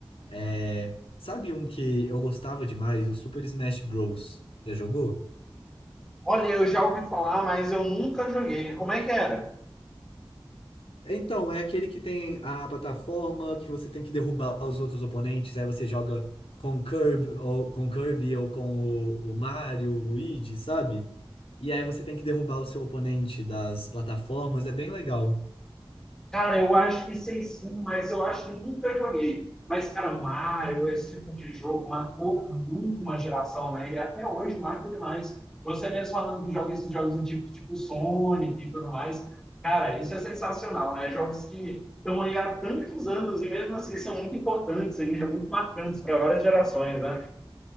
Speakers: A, on the left; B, in the centre.
A: É, Sabe um que eu gostava demais? O Super Smash Bros. Já jogou?
B: Olha, eu já ouvi falar, mas eu nunca joguei. Como é que era?
A: Então, é aquele que tem a plataforma que você tem que derrubar os outros oponentes, aí você joga com o Kirby ou com, o Kirby, ou com o, o Mario, o Luigi, sabe? E aí você tem que derrubar o seu oponente das plataformas, é bem legal.
B: Cara, eu acho que sei sim, mas eu acho que nunca joguei. Mas, cara, Mario, esse tipo de jogo marcou muito uma geração, né? E até hoje marca demais. Você mesmo falando que joga esses jogos antigos, tipo Sonic e tudo mais. Cara, isso é sensacional, né? Jogos que estão aí há tantos anos e mesmo assim são muito importantes ainda, muito marcantes para várias gerações, né?